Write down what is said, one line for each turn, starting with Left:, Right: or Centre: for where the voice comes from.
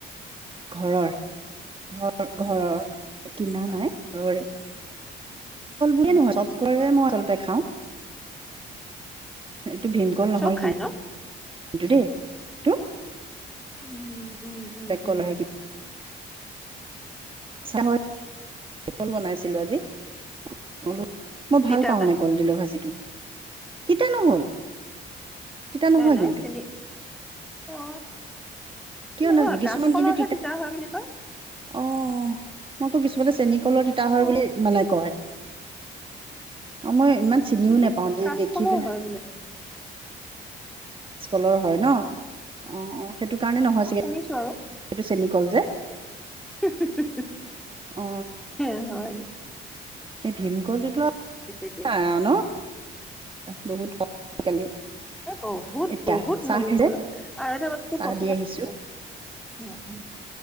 Right: ঘৰৰ, ঘ-ঘৰৰ। কিনা
Centre: অ
Right: নাই ঘৰৰে, <unintelligible> বুলিয়ে
Centre: উম
Right: নহয় চব কলে মই আচলতে খাও। এইটো ভীমকল নহয়
Centre: চব খাই
Right: কিন্তু
Centre: ন
Right: দেই। এইটো
Centre: উম, উম, উম,
Right: ব্লেক কলৰহে
Centre: উম।
Right: চাহ <unintelligible> বনাইছিলো আজি <unintelligible> মই ভাল
Centre: তিতা
Right: পাওঁ
Centre: জানো
Right: মানে কলডিলৰ ভাজিটো, তিতা নহল। তিতা নহয়
Centre: নাই নাই,
Right: কিন্তু
Centre: চিনি অ'
Right: কিয়
Centre: নহয়,
Right: নাজানো কিছুমান
Centre: কাচকলৰহে
Right: কিন্তু
Centre: তিতা হয় বুলি কয়।
Right: অ', মই আকৌ কিছুমানে চেনী কলৰ তিতা হয়
Centre: অ
Right: বুলি মানে কয়। অ', মই ইমান চিনিও
Centre: উহু
Right: নেপাও দে-দেখি
Centre: কাচকলৰ
Right: পেলাই।
Centre: হয় বোলে
Right: কলৰ হয় ন। অ', অ', সেইটো কাৰণে নহয়
Centre: মই
Right: চাগে
Centre: শুনিছো আৰু।
Right: এইটো চেনি কল যে।
Centre: <unintelligible>
Right: অ
Centre: এ হয় নি।
Right: এই ভীমকলটোতো <unintelligible>
Centre: এতিয়া
Right: আও ন, বহুত কম আজিকালি।
Centre: এই বহুত
Right: এতিয়া
Centre: বহুত
Right: চাহ
Centre: ভাল ভীম
Right: খাইছে
Centre: কলো, আৰু এটা মান
Right: চাহ
Centre: পচলাই
Right: দি আহিছো
Centre: উম উম,